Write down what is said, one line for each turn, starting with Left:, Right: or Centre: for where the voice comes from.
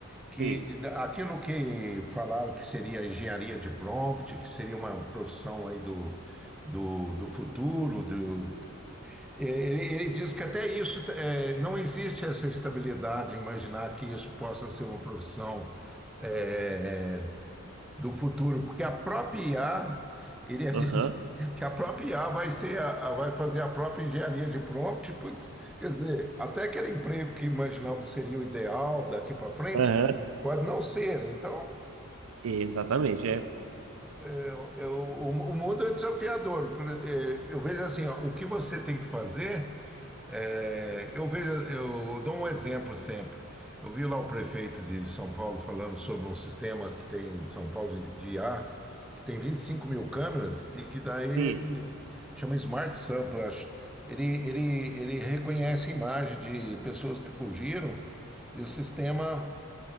Centre: que
Right: Sim.
Centre: da- aquilo que falaram que seria a engenharia de prompt, que seria uma profissão aí do, do, do futuro, do, é, ele, ele diz que até isso é, não existe essa estabilidade, imaginar que isso possa ser uma profissão. é, do futuro, porque a própria IA, ele ia
Right: Aham,
Centre: dizer que a própria IA vai ser a, a- vai fazer a própria engenharia de prompt, putz, quer dizer, até aquele emprego que imaginávamos seria o ideal daqui para frente,
Right: aham.
Centre: pode não ser. Então,
Right: Exatamente, é.
Centre: é, eu- o, o mundo é desafiador. Por- eh, Eu vejo assim, ó, o que você tem que fazer é, eu vejo, eu dou um exemplo sempre. Eu vi lá o prefeito de São Paulo falando sobre um sistema que tem em São Paulo de, de IA, que tem 25 mil câmeras e que daí
Right: Sim.
Centre: ele chama Smart Sampa, eu acho. Ele, ele, ele reconhece imagem de pessoas que fugiram e o sistema